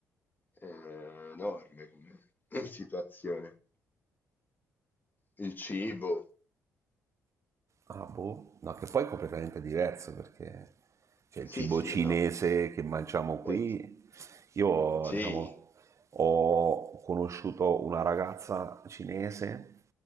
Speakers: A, on the left; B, on the right.
A: È enorme come <laughs> <clears throat> situazione. Il cibo,
B: Ah, boh. No, che poi è completamente diverso perché cioè,
A: sì,
B: il cibo
A: sì,
B: cinese
A: no,
B: che mangiamo qui,
A: eh,
B: io
A: sì,
B: diciamo, ho conosciuto una ragazza cinese